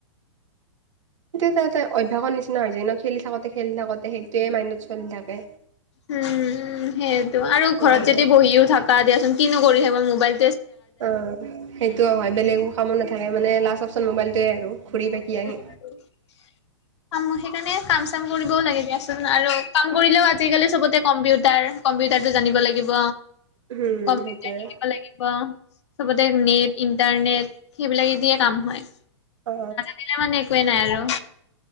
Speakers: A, on the right; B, on the left.
A: তে এটা অভ্যাসৰ নিচিনা হৈ য ন খেলি থাকোতে খেলি থাকোতে সেইটোয়ে মাইণ্ডত চলি থাকে।
B: উম উ সেইটো আৰু
A: সেইটো
B: ঘৰত
A: কাৰণে
B: যদি বহিও থাকা দিয়াচোন কিনো কৰি থাকিব মোবাইল
A: অ সেইটোও হয় বেলেগো কামো নাথাকে মানে লাষ্ট অপচন মোবাইলটোৱে আৰু ঘূৰি পাকি
B: সেইকাৰণে
A: আহি
B: কাম চাম কৰিবও লাগে দিয়া চোন আৰু কাম কৰিলেও আজিকালি চবতে কম্পিউটাৰ কম্পিউটাৰ টো জানিব লাগিব।
A: উম,
B: কম্পিউটাৰ
A: সেইটোৱে
B: শিকিব লাগিব। চবতে নেট ইণ্টাৰনেট সেইবিলাকে দিয়ে কাম হয়।
A: অ
B: দিলে মানে একোৱেই নাই আৰু